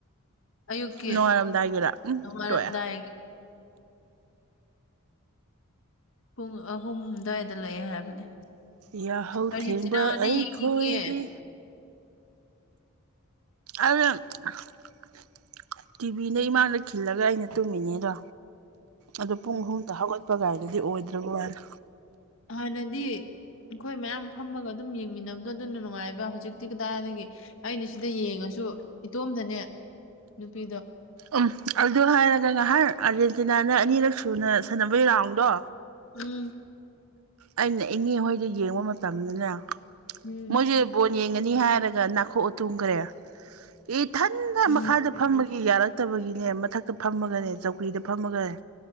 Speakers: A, on the left; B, on the right.
A: ꯑꯌꯨꯛꯀꯤ
B: ꯅꯣꯉꯔꯝꯗꯥꯏꯒꯤꯔ ꯎꯝ
A: ꯅꯣꯡꯉꯥꯜꯂꯝꯗꯥꯏꯒꯤ
B: ꯇꯣꯛ ꯑꯦ
A: ꯄꯨꯡ ꯑꯍꯨꯝ ꯗꯨꯋꯥꯏꯗ ꯂꯑꯦ ꯍꯥꯏꯕꯅꯦ
B: ꯌꯥꯍꯧ
A: ꯑꯔꯖꯦꯟꯇꯤꯅꯗꯤ
B: ꯊꯦꯡꯕ ꯑꯩꯈꯣꯏꯗꯤ
A: ꯌꯦꯡꯅꯤꯡꯉꯦ
B: ꯑ <inaudible> ꯇꯤꯚꯤꯅ ꯏꯃꯥꯡꯗ ꯈꯤꯜꯂꯒ ꯑꯩꯅ ꯇꯨꯝꯃꯤꯅꯦꯗꯣ ꯑꯣ ꯄꯨꯡ ꯑꯍꯨꯝꯛꯇ ꯍꯧꯒꯠꯄ ꯀꯥꯏꯗꯗꯤ ꯑꯣꯏꯗ꯭ꯔꯕ ꯋꯥꯅꯦ
A: ꯍꯅꯗꯤ ꯑꯩꯈꯣꯏ ꯃꯌꯥꯝ ꯐꯝꯃꯒ ꯑꯗꯨꯝ ꯌꯦꯡꯃꯤꯟꯅꯕꯗꯣ ꯑꯗꯨꯅ ꯅꯨꯡꯉꯥꯏꯕ ꯍꯧꯖꯤꯛꯇꯤ ꯀꯗꯥꯏꯗꯒꯤ ꯑꯩꯅ ꯁꯤꯗ ꯌꯦꯡꯉꯁꯤ ꯨ ꯏꯇꯣꯝꯗꯅꯦ ꯅꯨꯄꯤꯗꯣ
B: ꯎꯝ ꯑꯗꯨ ꯍꯥꯏꯔꯒ ꯉꯥꯏꯍꯥꯛ ꯑꯥꯔꯖꯦꯟꯇꯤꯅꯥꯅ ꯑꯅꯤꯔꯛ ꯁꯨꯅ ꯁꯥꯟꯅꯕꯒꯤ ꯔꯥꯎꯟꯗꯣ
A: ꯎꯝ
B: ꯑꯩꯅ ꯏꯉꯤꯍꯣꯏꯗ ꯌꯦꯡꯕ ꯃꯇꯝꯗꯅꯦ
A: ꯎꯝ
B: ꯃꯣꯏꯁꯦ ꯌꯦꯡꯉꯅꯤ ꯍꯥꯏꯔꯒ ꯅꯥꯈꯣꯛꯑꯇꯣꯡꯈꯔꯦ ꯏꯊꯟꯗ
A: ꯎꯝ
B: ꯃꯈꯥꯗ ꯐꯝꯒ ꯌꯥꯔꯛꯇꯕꯒꯤꯅꯦ ꯃꯊꯛꯇ ꯐꯝꯃꯒꯅꯦ ꯆꯧꯀ꯭ꯔꯤꯗ ꯐꯝꯃꯒ